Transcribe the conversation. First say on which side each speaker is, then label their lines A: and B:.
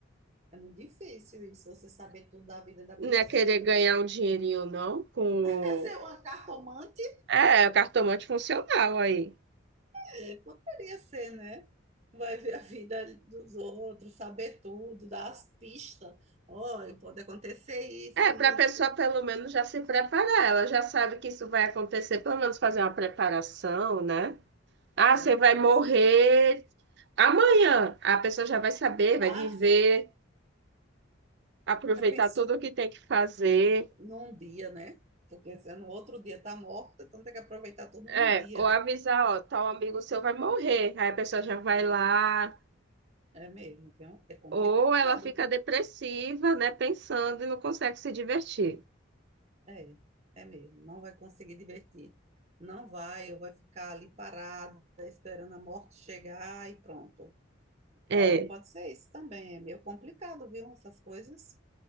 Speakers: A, on the right; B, on the right.
A: É muito difícil isso, você saber tudo da vida da
B: Não
A: pessoa.
B: é querer
A: Você tem que
B: ganhar um dinheirinho, não, com...
A: <laughs> ser uma cartomante?
B: É, o cartomante funcional aí.
A: É, poderia ser, né? Vai ver a vida dos outros, saber tudo, dar as pistas. Olha, pode acontecer isso,
B: É,
A: e
B: para a pessoa
A: isso.
B: pelo menos já se preparar, ela já sabe que isso vai acontecer, pelo menos fazer uma preparação, né? Ah,
A: É,
B: você vai
A: pode
B: morrer
A: ser.
B: amanhã. A pessoa já vai saber, vai
A: Ah,
B: viver, aproveitar
A: já pensou?
B: tudo o que tem que fazer.
A: num dia, né? Porque se no outro dia tá morta, então tem que aproveitar tudo num
B: É,
A: dia.
B: ou avisar, ó, tal amigo seu vai morrer. Aí a pessoa já vai lá,
A: É mesmo, viu? É complicado,
B: ou ela fica
A: viu?
B: depressiva, né, pensando e não consegue se divertir.
A: É, é mesmo. Não vai conseguir divertir. Não vai, ou vai ficar ali parada, esperando a morte chegar e pronto. Pode,
B: É,
A: pode ser isso também. É meio complicado, viu? Essas coisas,